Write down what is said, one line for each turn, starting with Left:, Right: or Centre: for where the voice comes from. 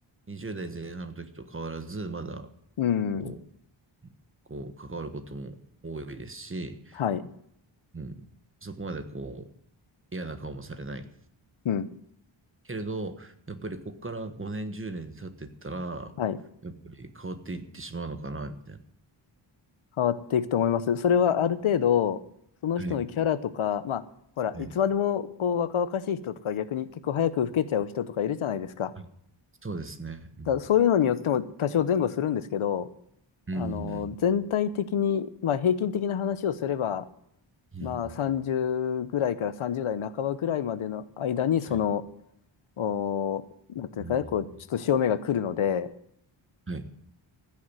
Right: 20代前半の時と変わらず、まだ
Left: うん。
Right: こう、こう関わることも多いですし、
Left: はい。
Right: うん。そこまでこう、嫌な顔もされない。
Left: うん。
Right: けれど、やっぱりここから5年、10年経っていったら、
Left: はい。
Right: やっぱり変わっていってしまうのかな、みたいな。
Left: 変わっていくと思います。それはある程度、その人のキャラとか、
Right: はい。
Left: まあ、ほら、
Right: はい。
Left: いつまでもこう若々しい人とか、逆に結構早く老けちゃう人とかいるじゃないですか。
Right: はいそうですね。うん。
Left: だからそういうのによっても多少前後するんですけど、
Right: うん。
Left: あの、全体的に、まあ、平均的な話をすれば、
Right: うん。
Left: まあ、30ぐらいから30代半ばぐらいまでの間に、その、
Right: はい
Left: お、なんていうかね、
Right: うん。
Left: こう、ちょっと潮目が来るので、
Right: はい。